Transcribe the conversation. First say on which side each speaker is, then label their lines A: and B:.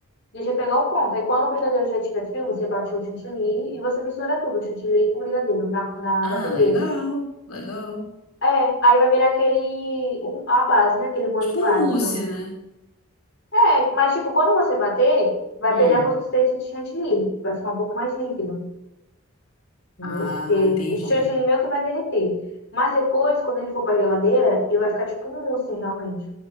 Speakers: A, on the left; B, on the left.
A: deixa pegar o ponto. Aí quando o brigadeiro já estiver frio, você bate o chantilly e você mistura tudo, o chantilly com o brigadeiro, na, na
B: Ah,
A: batedeira.
B: legal, legal.
A: É, aí vai virar aquele, um- a base, né? Aquele molhinho
B: Tipo
A: base.
B: um mousse,
A: pra-
B: né?
A: É, mas tipo, quando você bater, vai
B: Hum.
A: perder a consistência de chantilly. Vai ficar um pouco mais líquido. Meu
B: Ah,
A: Deus.
B: entendi,
A: O chão de alimento vai derreter. Mas depois, quando ele for pra geladeira, ele vai ficar tipo um mousse, realmente.